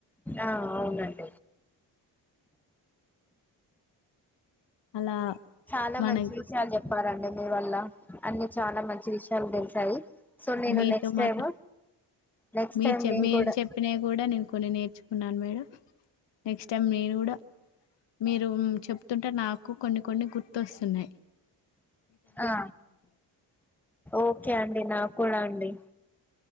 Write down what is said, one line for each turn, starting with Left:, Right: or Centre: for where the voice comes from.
Centre: ఆ అవును అండి
Left: అలా
Centre: చాలా
Left: మన
Centre: మంచి విషాలు చెప్ప ప్పారంండి మీ వల్ల అన్ని చాలా మంచి విషయాలు తెలిసాయి సో నేను
Left: మీతో
Centre: నెక్స్ట్ టైమ్
Left: మాట్లా
Centre: నెక్స్ట్
Left: మీరు
Centre: టైం
Left: చె
Centre: నేను
Left: మీరు
Centre: కూడా
Left: చెప్పినాయి కూడా నేను కొన్ని నేర్చుకున్నాను మేడం నెక్స్ట్ టైం నేను కూడా మీరు చెప్తుంటే నాకు కొన్ని కొన్ని గుర్ ర్తిస్తున్నారు
Centre: ఆ ఓకే అండి నా కూడా అండి